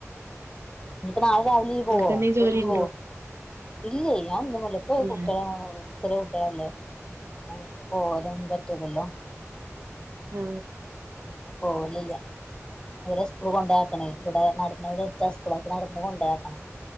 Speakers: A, on the left; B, on the right.
A: ഇനിപ്പോ നാളെ രാവിലെ
B: നിങ്ങക്ക്
A: പോവോ
B: എന്തേ
A: വീട്ടിക്ക്
B: ജോലി ഉണ്ടോ
A: പോവോ ഇല്ലേ ഞാൻ നിമ്മള ഇപ്പ
B: ഞാൻ
A: കുട്ടികളെ ചെറിയ കുട്ടികള അല്ലേ ആൻക്ക് പോരാനൊന്നും പറ്റൂലല്ലോ
B: ആഹ്
A: പോവലില്ല അവരെ സ്കൂള് കൊണ്ടാക്കണേ ഇവിടെ നട എന്നട്ടുത്ത സ്കൂള് അപ്പം നട്ന്ന് കൊണ്ടോയാക്കണം